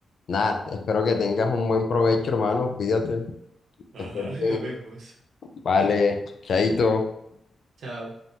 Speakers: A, on the left; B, on the right.
A: nada, espero que tengas un buen provecho, hermano, cuídate,
B: <laughs> Ajá,
A: que estés bien,
B: nos vemos.
A: vale, chaito.
B: Chao.